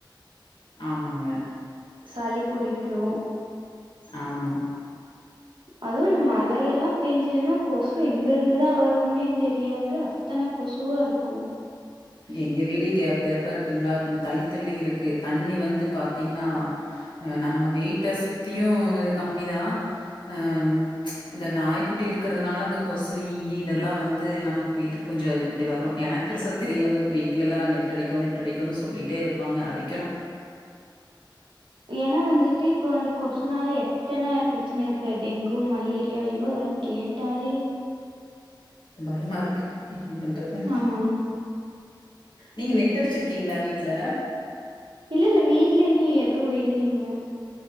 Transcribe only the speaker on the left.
ஆமாங்க
ஆமா
எங்க வீடே கேப் கேப்பா இருக்குங்களா கொஞ்சோ தள்ளி தள்ளி இருக்கு தண்ணி வந்து பாத்தீங்னா அ நம்ம வீட்ட சுத்தியு இது கம்மிதா அ இந்த நாய்க்கு குட்டி இருக்குறதுனால அந்த கொசு ஈ இதெல்லா வந்து நமக்கு வீட்டுக்கு கொஞ்சோ இப்டி வரு எனக் பெருசா தெரியாது வீட்லெல்லா நெட்டு அடிக்கு நெட்டு அடிக்குனு சொல்லிட்டே இருப்பாங்க அடிக்கணு
பயமா இருக்கு என்ன பண்றது
நீங்க நெட் அடிச்சுருக்கீங்களா வீட்ல